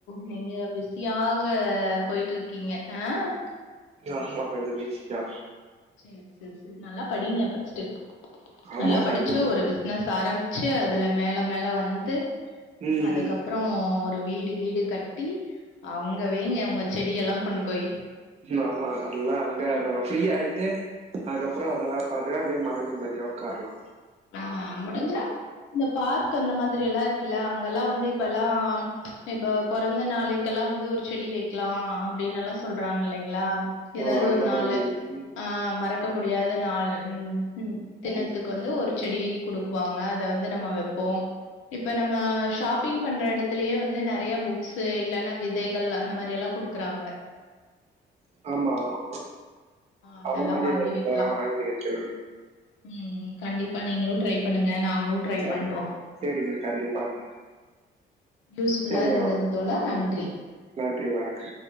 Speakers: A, on the left; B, on the right.
A: நீங்க பிசியாக போய்ட்டுருக்கீங்க ஆஹ்
B: ஆமா‌ கொஞ்சோ பிசி தா
A: சேர் சேர் சேரி நல்லா படிங்க ஃபர்ஸ்ட்டு
B: ஆமா
A: நல்லா படிச்சு
B: படிக்கணு
A: ஒரு பிஸ்னஸ் ஆரம்ச்சு அதுல மேல மேல வந்து
B: ம்
A: அதுக்கப்றோ
B: ம்
A: ஒரு வீடு கீடு கட்டி அங்க வைங்க உங்க செடியெல்லா கொண்டு போயி
B: ஆமா நல்லா அங்க நம்ம ஃப்ரீயாய்ட்டு அதுக்கப்றோ அதல்லாபாத்துதா அப்டியே மன நிம்ம சரியா உக்காரலா
A: ஆஹ் முடிஞ்சா இந்த பார்க் அந்த மாதிரி எல்லா இருக்குல்ல அங்கெல்லா வந்து இப்பல்லா இப்ப பொறந்த நாளைக்கெல் எல்லா வந்து ஒரு செடி வெக்லா அப்டின்னல்லா சொல்றாங் இல்லைங்களா
B: ஓ
A: எதாது
B: அந்த
A: ஒரு
B: மாரி
A: நாளு
B: ம்
A: ஆஹ் மறக்க முடியாத நாள் ம் ம் தின்னத்துக்கு
B: ம்.
A: வந்து ஒரு செடியை குடுக்குவாங்க அத வந்து நம்ம வெப்போ இப்ப நம்ம ஷாப்பிங் பண்ற எடத்துலயே வந்து நறையா புக்ஸ்ஸூ இல்லன்னா விதைகள் அந்த மாரி எல்லா குடுக்குறாங்க
B: ஆமா ஆமா
A: அதெல்லா
B: அந்த மாரி
A: வாங்கி
B: இதல்லா
A: வைக்கலா
B: வாங்கி வெக்கலா
A: ம் கண்டிப்பா நீங்களு ட்ரை பண்ணுங்க நா ங்ளு ட்ரை
B: சேரி
A: பண்றோ
B: சேரிங்க கண்டிப்பாங்க
A: யூஸ்ஃபுல்லா
B: சேரிங்க
A: இருந்தது தோழா நன்றி
B: நன்றி வணக்கம்